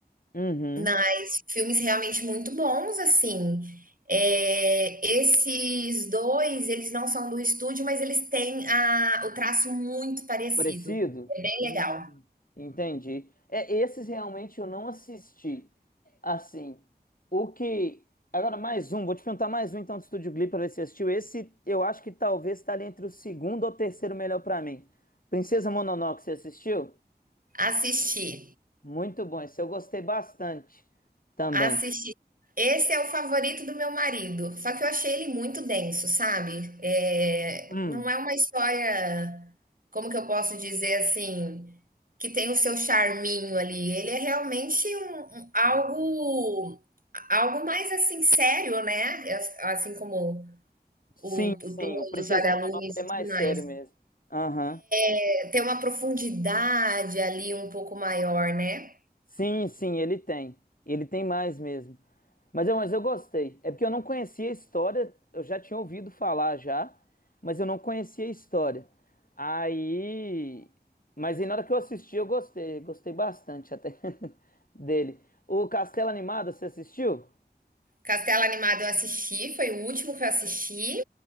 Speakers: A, on the left; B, on the right.
A: uhum.
B: Mas filmes realmente muito bons, assim. É, esses dois, eles não são do estúdio, mas eles têm a, o traço muito parecido.
A: Parecido?
B: É bem
A: Hum.
B: legal.
A: Entendi. É, esses realmente eu não assisti. Assim, o que. Agora, mais um, vou te perguntar mais um então do Estúdio Ghibli pra ver se você assistiu. Esse eu acho que talvez tá ali entre o segundo ou terceiro melhor pra mim. Princesa Mononoke, você assistiu?
B: Assistir.
A: Muito bom, esse eu gostei bastante também.
B: Assisti. Esse é o favorito do meu marido, só que eu achei ele muito denso, sabe? É,
A: Hum,
B: não é uma história, como que eu posso dizer assim, que tem o seu charminho ali. Ele é realmente um, um- algo algo mais assim sério, né? As- Assim como
A: sim,
B: o, o
A: sim,
B: túmulo
A: o Princesa
B: dos vagalumes
A: Mononoke ele é
B: e tudo
A: mais
B: mais.
A: sério mesmo. Aham.
B: Eh, Tem uma profundidade ali um pouco maior, né?
A: Sim, sim, ele tem. Ele tem mais mesmo. Mas eu, mas eu gostei. É porque eu não conhecia a história, eu já tinha ouvido falar já, mas eu não conhecia a história. Aí. Mas aí na hora que eu assisti, eu gostei. Gostei bastante até <laughs> dele. O Castelo Animado, você assistiu?
B: Castelo Animado eu assisti, foi o último que eu assisti.